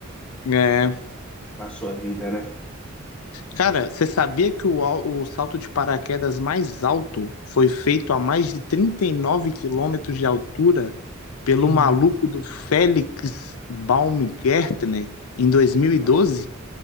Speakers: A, on the left (about 85°); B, in the centre.
A: É.
B: pra sua vida, né?
A: Cara, você sabia que o, al- o salto de paraquedas mais alto foi feito a mais de 39 quilômetros de altura pelo
B: Uhum.
A: maluco do Felix Baumgärtner em 2012?
B: É,